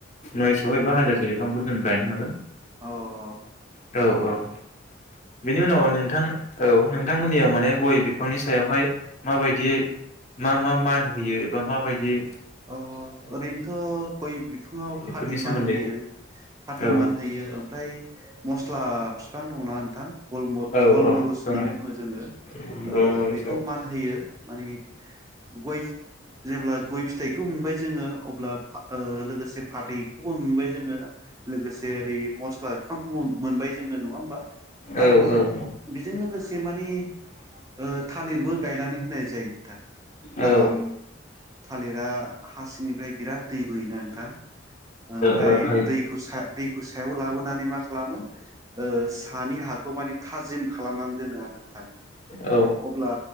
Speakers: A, on the left; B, on the right.
A: नयस'फैबा हाजासे थाम लुनथेल गायनो हागोन
B: औ औ
A: औ औ बेनि उनाव नोंथां औ नोंथांमोननियाव माने गय सायावहाय माबायदियै मा मान होयो एबा माबायदियै
B: अ ओरैनोथ गय बिफांआव
A: बेफोरनि
B: फाथै
A: सोमोन्दै
B: मानहोयोफाथै
A: औ
B: मानहोयो ओमफाय मसला बिफां दंना। थां गलमु
A: औ
B: गलमुरिस
A: औ
B: होन्नानै
A: दङ
B: बुङो जों ओ
A: औ औ औ
B: बेखौ
A: औ
B: मान होयो माने गय जेब्ला गय फिथाइखौ मोनबाय जोङो अब्ला लोगोसे फाथैखौबो मोनबाय जोङो लोगोसे ओै मस्लाफि सानखौब मोनबाय जोङो नङा होमबा। आरो
A: औ
B: बेजों लोगोसे एसे माने ओ मानि थालिरबो गायना होनाय जायो नोंथां। खारन
A: औ
B: थालिर दा हासिंनिफ्राय बिराद दै बोयो ना नोंथां ओमफ्राय
A: औ होयो
B: दैखौ सायाव लाबोनानै मा खालामो ओ हानि हाखौ मानि थाजिम खालामनानै दोनो आरो नोंथां।
A: औ
B: अब्ला